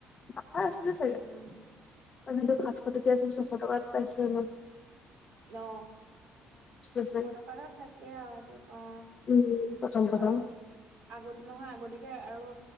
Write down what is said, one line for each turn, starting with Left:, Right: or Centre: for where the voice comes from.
Left: আমাৰ আছিলে চাগে
Right: উম
Left: তাৰ পিছত সাতশ টকীয়া ছয়শ টকাত পাইছিলে হেনো
Right: অ
Left: লৈছিল
Right: এশ টকা এটা থাকে আও সেইটোত অ
Left: উম প্ৰথম প্ৰথম
Right: আৰু আগত নহয় আগতিয়াকে আৰু